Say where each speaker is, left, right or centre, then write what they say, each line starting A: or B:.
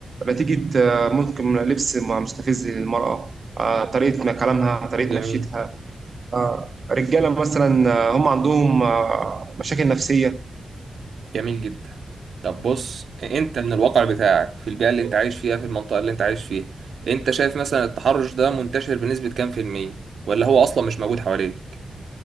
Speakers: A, on the right; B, on the right.
A: نتيجه آه، ممكن لبس مستفز للمراه آه، طريقه كلامها طريقه
B: جميل
A: مشيتها آه، رجاله مثلا آه، هم عندهم آه، مشاكل نفسيه
B: جميل جدا طب بص انت من الواقع بتاعك في البيئة اللي انت عايش فيها في المنطقة اللي انت عايش فيها انت شايف مثلا التحرش ده منتشر بنسبة كام في المية ولا هو اصلا مش موجود حواليك